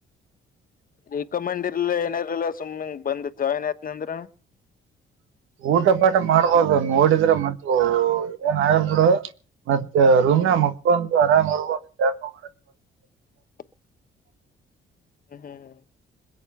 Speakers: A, on the left (about 45°); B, on the right (about 85°).
A: ರಿಕಮೆಂಡ್ ಇರ್ಲಿಲ್ಲ ಏನ ಇರಲಿಲ್ಲ ಸ್ಮ್ಮಿಂಗ್ ಬಂದ್ ಜಾಯಿನ್ ಆಯತನಂದ್ರನ.
B: ಊಟ ಪಾಠ ಮಾಡ್ಬೋದು ನೋಡಿದ್ರೆ ಮತ್ತೆ. ಏನ್ ಆಗಲ್ಲ ಬಿಡು ಮತ್ತೆ ರೂಮ್ ನ ಮಕ್ಕಳೊಂದು ಆರಾಮ್ ಇರ್ಬೋದು ಜಾಪ ಮಾಡ.
A: <unintelligible> ಹ್ಮ್ ಹ್ಮ್ ಹ್ಮ್